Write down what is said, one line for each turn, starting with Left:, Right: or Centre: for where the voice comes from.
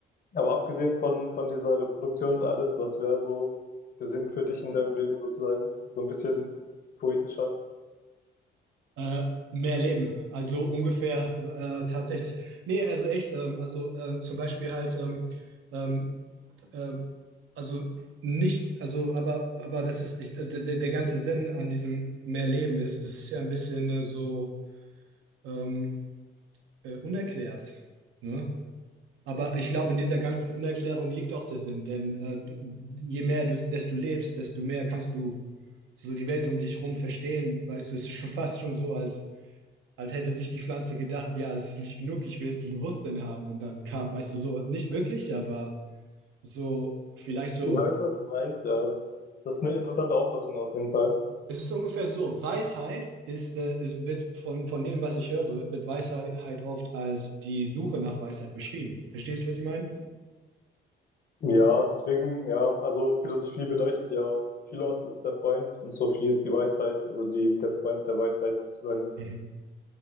Left: aber abgesehen von, von dieser Reproduktion und alles, was wäre so der Sinn für dich in deinem Leben sozusagen? So ein bisschen poetischer.
Right: Äh, mehr Leben, also ungefähr äh, tatsächlich. Nee, also echt, ähm, also äh, zum Beispiel halt, ähm, ähm, äh, also nicht, also, aber, aber das ist, ich, der, der der ganze Sinn an diesem mehr Leben ist, das ist ja ein bisschen äh, so ähm, äh, unerklärt, ne? Aber ich glaube, in dieser ganzen Unerklärung liegt auch der Sinn, denn äh, du- je mehr du, desto lebst, desto mehr kannst du so die Welt um dich rum verstehen. Weißt du, es ist schon fast schon so, als, als hätte sich die Pflanze gedacht, ja, das ist nicht genug, ich will jetzt ein Bewusstsein haben. Und dann kam, weißt du, so nicht wirklich, aber so vielleicht so
Left: Ich weiß, was du meinst, ja. Das ist eine interessante Auffassung auf jeden Fall.
Right: Es ist ungefähr so. Weisheit ist, äh, es wird von, von dem, was ich höre, wird Weisheit oft als die Suche nach Weisheit beschrieben. Verstehst du, was ich meine?
Left: Ja, deswegen, ja, also Philosophie bedeutet ja, Philos ist der Freund und Sophie ist die Weisheit, also die, der Freund der Weisheit sozusagen.
Right: Mhm.